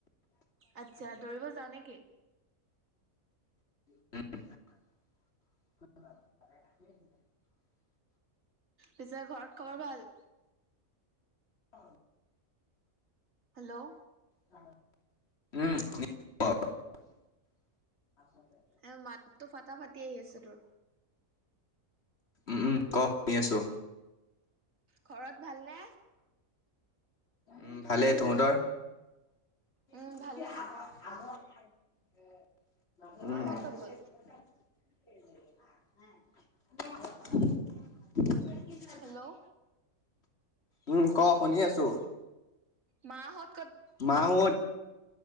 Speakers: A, on the right; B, on the left.
A: আচ্ছা দৌৰিব যাওঁ নে কি।
B: উম। <unintelligible>
A: পিছে ঘৰত খবৰ ভাল
B: অ
A: হেল্ল'
B: উম
A: এ মাতটো ফাটা ফাটি আহি আছে তোৰ
B: উ উম ক শুনি আছো
A: ঘৰত ভালনে?
B: উম ভালে তহঁতৰ
A: উম
B: উম
A: ভালে মাহঁত ক'ত গ'ল?
B: <inaudible>
A: হেল্ল'
B: উম ক শুনি আছো
A: মা হত
B: মা হত